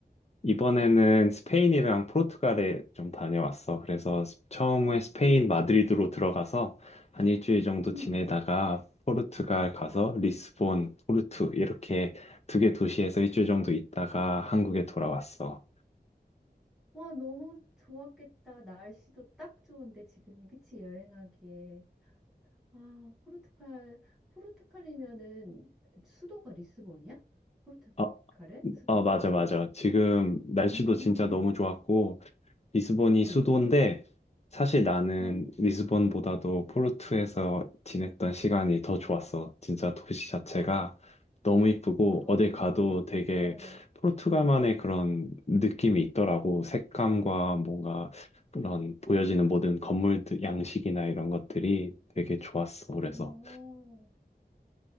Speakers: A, on the left (about 40°); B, in the centre.
A: 이번에는 스페인이랑 포르투갈에 좀 다녀왔어. 그래서 스- 처음에 스페인 마드리드로 들어가서 한 일주일 정도
B: 응,
A: 지내다가 포르투갈 가서
B: 어.
A: 리스본, 포르투 이렇게 두 개 도시에서 일주일 정도 있다가 한국에 돌아왔어.
B: 와, 너무 좋았겠다. 날씨도 딱 좋은데, 지금이. 그치, 여행하기에. 아, 포르투갈, 포르투갈이면은 수도가 리스본이야? 포르투갈의
A: 어,
B: 수도가?
A: 어, 맞아, 맞아. 지금 날씨도
B: 음,
A: 진짜 너무 좋았고, 리스본이
B: 응,
A: 수도인데 사실 나는
B: 응.
A: 리스본보다도 포르투에서 지냈던 시간이 더 좋았어. 진짜 도시 자체가 너무 이쁘고
B: 아,
A: 어딜 가도 되게
B: 어,
A: 포르투갈만의
B: 어.
A: 그런 느낌이 있더라고. 색감과 뭔가 그런 보여지는 모든 건물 양식이나 이런 것들이 되게 좋았어. 그래서
B: 너.